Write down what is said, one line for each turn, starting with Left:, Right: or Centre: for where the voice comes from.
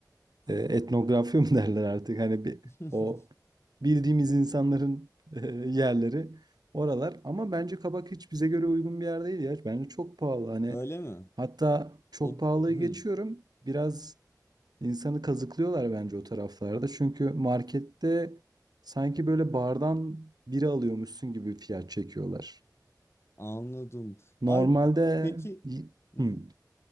Right: e, etnografya mı <laughs> derler artık hani bir
Left: <laughs>
Right: o bildiğimiz insanların e, yerleri oralar ama bence Kabak hiç bize göre uygun bir yer değil ya. Bence çok pahalı. Hani
Left: Öyle mi?
Right: hatta çok
Left: O
Right: pahalıyı
Left: Hı,
Right: geçiyorum. Biraz İnsanı kazıklıyorlar bence o taraflarda. Çünkü markette sanki böyle bardan biri alıyormuşsun gibi fiyat çekiyorlar.
Left: anladım.
Right: Normalde
Left: Ay peki <laughs>
Right: Hmm,